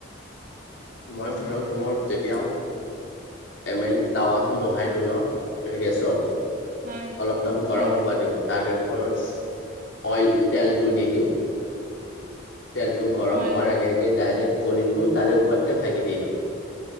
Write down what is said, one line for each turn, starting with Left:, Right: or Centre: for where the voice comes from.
Left: মই ধৰক তোমাৰ যেতিয়া এনে টাৱাখন বহাই দিওঁ ন গেছত,
Right: হয়
Left: অলপমান গৰম
Right: হয়
Left: হ'ব দিওঁ তাৰে ওপৰত অইল তেলটো দি দিওঁ। তেলটো গৰম
Right: হয়
Left: হোৱাৰ আগে আগে ডাইৰেক্ট কণীটো তাৰে ওপৰতে ভাঙি দি দিওঁ।